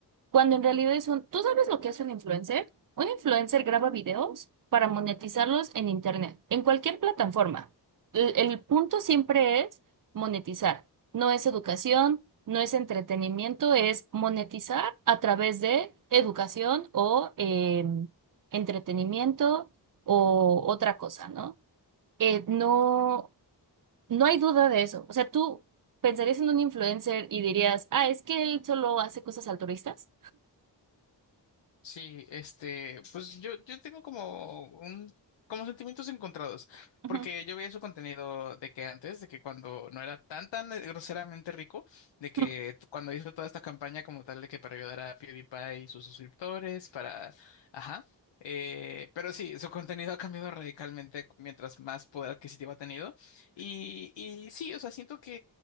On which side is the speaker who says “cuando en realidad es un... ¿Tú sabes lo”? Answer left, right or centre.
Right